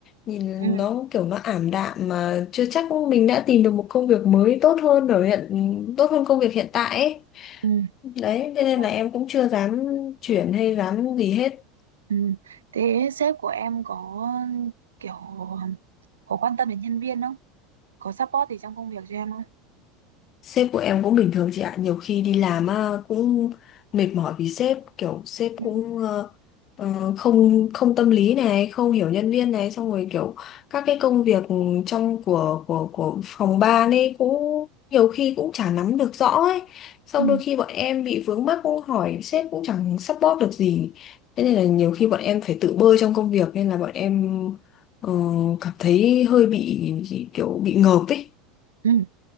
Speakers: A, on the left; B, on the right.
A: Nhìn
B: ừ
A: nó kiểu nó ảm đạm mà chưa chắc mình đã tìm được một công việc mới tốt hơn ở hiện tốt hơn công việc hiện tại ấy.
B: ừ
A: Đấy, thế nên
B: Ôi,
A: là em cũng chưa dám chuyển hay dám gì hết.
B: ừ thế sếp của em có kiểu có quan tâm đến nhân viên không có support gì trong công việc cho em không
A: Sếp của em cũng bình thường chị ạ, nhiều khi đi làm á, cũng mệt mỏi vì sếp, kiểu sếp
B: ừ
A: cũng ờ, ờ, không không tâm lý này, không hiểu nhân viên này, xong rồi kiểu các cái công việc trong của của của phòng ban ấy cũng nhiều khi cũng chả nắm được rõ ấy. Xong
B: ừ
A: đôi khi bọn em bị vướng mắc cũng hỏi sếp cũng chẳng support được gì. Thế nên là nhiều khi bọn em phải tự bơi trong công việc nên là bọn em ờ, cảm thấy hơi bị kiểu bị ngợp ấy.
B: ừ